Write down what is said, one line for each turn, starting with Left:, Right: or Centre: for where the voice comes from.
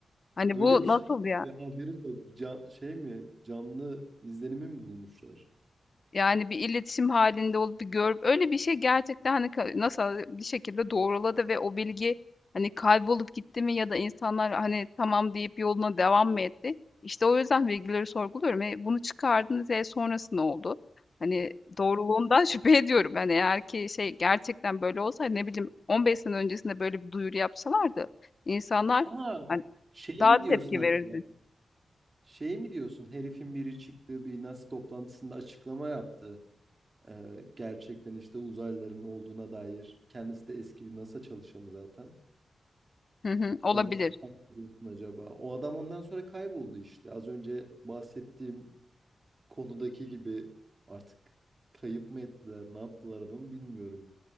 Left: Hani
Right: Öyle
Left: bu
Right: bir şey
Left: nasıl
Right: yok.
Left: ya?
Right: ya haberim yok. Can, şey mi? Canlı izlenimi mi bulmuşlar?
Left: Yani, bir iletişim halinde olup bir görüp öyle bir şey gerçekten, hani, ka NASA bir şekilde doğruladı ve o bilgi, hani, kaybolup gitti mi ya da insanlar, hani, tamam deyip yoluna devam mı etti? İşte, o yüzden bilgileri sorguluyorum. E, bunu çıkardınız, e, sonrası ne oldu? Hani, doğruluğundan <laughs> şüphe ediyorum. Hani, eğer ki şey gerçekten böyle olsa, hani, ne bileyim, 15 sene öncesinde böyle bir duyuru yapsalardı insanlar,
Right: Aa,
Left: hani,
Right: şey
Left: daha
Right: mi
Left: tepki
Right: diyorsun acaba?
Left: verirdi.
Right: Şey mi diyorsun? Herifin biri çıktığı bir NASA toplantısında açıklama yaptı. Ee, gerçekten işte uzaylıların olduğuna dair. Kendisi de eski bir NASA çalışanı zaten.
Left: Hı hı, olabilir.
Right: Ondan mı bahsediyorsun acaba? O adam ondan sonra kayboldu işte. Az önce bahsettiğim konudaki gibi artık kayıp mı ettiler, ne yaptılar adamı bilmiyorum.